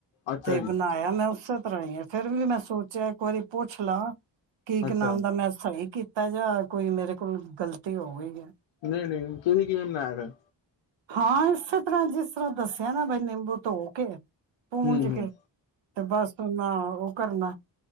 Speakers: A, on the left; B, on the right.
A: ਅੱਛਾ
B: ਤੇ
A: ਜੀ
B: ਬਣਾਇਆ ਮੈਂ ਉਸੇ ਤਰ੍ਹਾਂ ਹੀ ਫੇਿਰ ਵੀ ਮੈਂ ਸੋਚਿਆ ਇੱਕ ਵਾਰੀ ਪੁੱਛ ਲਾਂ ਕੀ ਕੀ
A: ਅੱਛਾ
B: ਨਾਮ ਦਾ ਮੈਂ ਸਾਹੀ ਕੀਤਾ ਤਾਂ ਜਾ, ਕੋਈ ਮੇਰੇ ਕੋਲ ਗ਼ਲਤੀ ਹੋ ਗਈ ਹੈ।
A: ਨਹੀਂ-ਨਹੀਂ ਤੁਸੀਂ ਕਿਵੇਂ ਬਣਾਇਆ ਫਿਰ।
B: ਹਾਂ, ਇਸੇ ਤਰ੍ਹਾਂ ਜਿਸ ਤਰ੍ਹਾਂ ਦੱਸਿਆ ਨਾ ਨਿੰਬੂ ਧੋ ਕੇ ਪੂੰਜ
A: ਹੂੰ
B: ਕੇ
A: ਹੂੰ
B: ਤੇ ਬਸ ਉਹਓਨਾ ਉਹ ਕਰਨਾ।